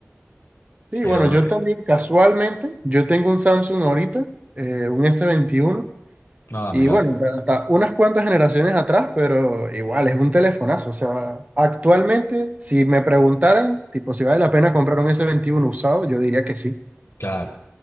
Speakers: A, on the right (about 30°); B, on the left (about 60°).
A: Sí,
B: Pero,
A: bueno, yo
B: eh,
A: también casualmente, yo tengo un Samsung ahorita, eh, un s veintiuno
B: ah,
A: y
B: mirá,
A: bueno, hasta unas cuantas generaciones atrás, pero igual es un telefonazo. O sea, actualmente, si me preguntaran, tipo, si vale la pena comprar un S21 usado, yo diría que sí.
B: claro.